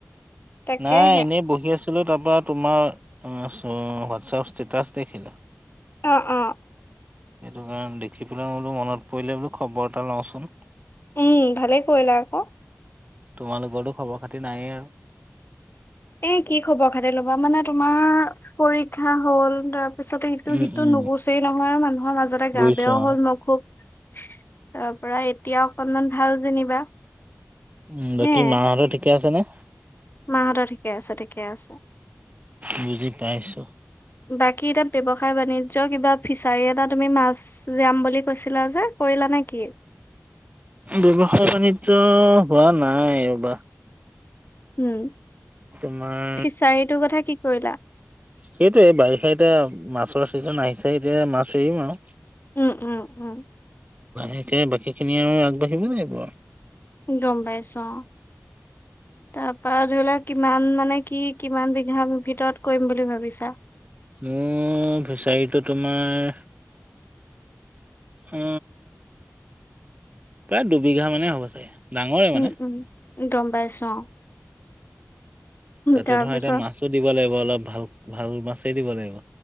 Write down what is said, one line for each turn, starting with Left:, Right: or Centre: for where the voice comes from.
Left: তাকেহে
Right: নাই এনেই বহি আছো। তুমি তাৰপা তোমাৰ হোৱাটছআপ ষ্টেটাছ দেখিলো।
Left: অ'-অ'।
Right: সেইটো কাৰণে দেখি পেলাই বোলো মনত পৰিলে বোলো খবৰ এটা লওঁচোন।
Left: উম ভালেই কৰিলা আকৌ।
Right: তোমালোকৰটো খবৰ খাতি নায়ে আৰু।
Left: এ কি খবৰ খাতি ল'বা মানে তোমাৰ পৰীক্ষা হ'ল তাৰপিছতে ইটো
Right: উম,
Left: সিটো
Right: উম,
Left: নুগুচেই নহয় আৰু মানুহৰ মাজতে
Right: বুজিছো
Left: গা বেয়াও
Right: অ',
Left: হ'ল মোৰ অসুখ তাৰ পৰা এতিয়া অকনমান ভাল যেনিবা।
Right: উম, বাকী
Left: হে
Right: মাহঁতৰ ঠিকে আছে নে।
Left: মাহঁতৰ ঠিকে আছে- ঠিকে আছে।
Right: বুজি পাইছো।
Left: বাকী এতিয়া ব্যৱসায় বাণিজ্য কিবা ফিচাৰি এটা তুমি মাছ জিয়াম বুলি কৈছিলা যে কৰি লা নেকি।
Right: ব্যৱসায় বাণিজ্য হোৱা নাই ৰ'বা।
Left: উম,
Right: তোমাৰ
Left: ফিচাৰীটোৰ কথা কি কৰিলা।
Right: সেইটোৱে বাৰিষা এতিয়া মাছৰ ছিজন আহিছে এতিয়া মাছ এৰিম আৰু।
Left: উম উম-উম।
Right: তাকে বাকীখিনি আৰু আগবাঢ়িব লাগিব আৰু।
Left: গম পাইছো অ' তাৰপা ধৰি লওক কিমান মানে কি কিমান বিঘাৰ ভিতৰত কৰিম বুলি ভাবিছা।
Right: মোৰ ফিচাৰীটো তোমাৰ আ প্ৰায় দুবিঘা মানেই হ'ব চাগে। ডাঙৰে মানে।
Left: উম- উম গম পাইছো অ'।
Right: তাতে
Left: তাৰপিছত
Right: ধৰা এতিয়া মাছো দিব লাগিব অলপ ভাল- ভাল মাছেই দিব লাগিব।